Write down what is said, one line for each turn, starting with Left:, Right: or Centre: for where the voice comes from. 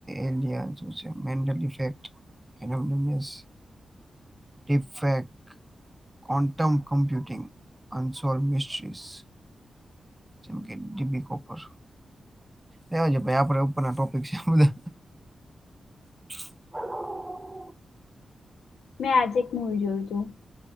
Right: એન <unintelligible> મેન્ડલ ઈફેક્ટ. એનો એમ ઓ મેસ. Defect, quantum computing, unsolved mysteries. જેમ કે ડિબી કોપર. રેવા દયો ભાઈ આપણે ઉપરના ટોપિક છે બધાં. હ
Left: મેં આજે એક મૂવી જોયું તું.